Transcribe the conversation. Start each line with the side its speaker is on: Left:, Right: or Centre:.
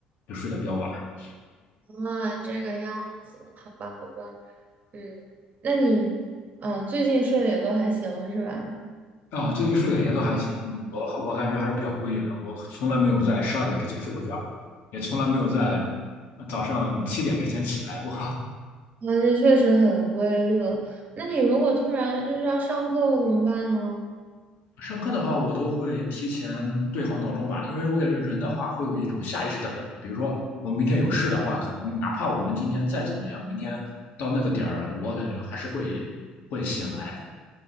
Left: 就睡得比较晚。
Right: 啊，这个样子，好吧，好吧，嗯，那你，嗯，最近睡的也都还行是吧？
Left: 啊、最近睡得也都还行，嗯，我我感觉还是比较规律的。我从来没有在十二点之前睡过觉，也从来没有在早上七点之前起来过。<laughs>
Right: 啊，这确实很规律了。那你如果突然就是要上课会怎么办呢？
Left: 上课的话，我都会提前对好闹钟吧，因为我感觉人的话会有一种下意识的本能，比如说我们明天有事的话，可能哪怕我们今天再怎么样，明天到那个点儿，我感觉还是会会醒来。